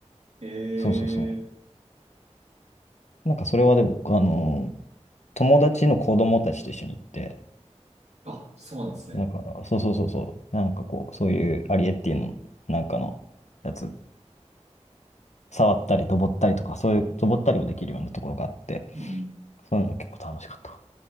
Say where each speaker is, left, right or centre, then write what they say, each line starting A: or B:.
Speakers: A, on the right; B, on the left.
A: ええ
B: そうそうそう。なんかそれはでも、あの、友達の子供たちと一緒に行って、
A: あ、そうなんですね。
B: だから、そうそうそうそう、なんかこう、そういうアリエッティのなんかのやつ、触ったり、登ったりとか、そういう、登ったりもできるようなところがあって、
A: うん。
B: そういうのは結構楽しかった。